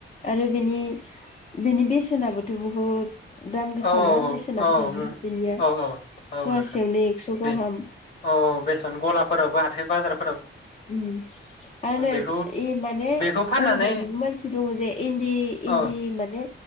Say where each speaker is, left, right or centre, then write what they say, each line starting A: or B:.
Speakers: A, on the left; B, on the left.
A: आरो बेनि-बेनि बेसेनाबो थ' बुहुद दाम गोसाना
B: औ-औ-औ-औ-औ-औ-औ
A: बेसेनाबोथ' बुहुद बेनिया फवासेयावनो
B: नोंथां,
A: एक्स'
B: बे
A: गाहाम
B: औ-औ बेसेन गलाफोराबो हाथ थाय बाजार
A: ओम आरो नै
B: बेखौ
A: इ माने
B: बेखौ फाननानै
A: ओरैबायदिबो मानसि दङ जे इन्दि-इन्दि
B: औ
A: माने